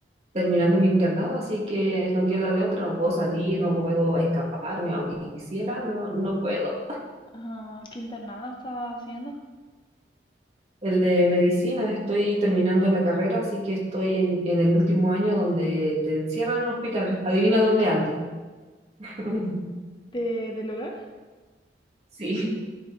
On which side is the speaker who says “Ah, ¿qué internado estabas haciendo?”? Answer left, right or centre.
Left